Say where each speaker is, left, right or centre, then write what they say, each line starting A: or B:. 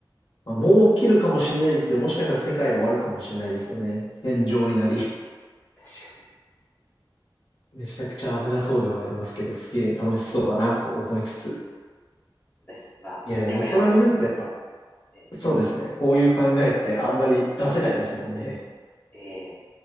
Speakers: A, on the left; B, on the left.
A: まあ、もう起きるかもしれないですけど、もしかしたら世界終わるかもしれないですよね。戦場になり。<laughs>
B: 確かに。
A: めちゃくちゃ危なそうではありますけど、すげえ楽しそうだなと思いつつ。
B: です。まあ、
A: いや、でも大人になるとやっぱ、
B: 夢ある話で。ええ。
A: そうですね。こういう考えってあんまり出せないですもんね。
B: ええ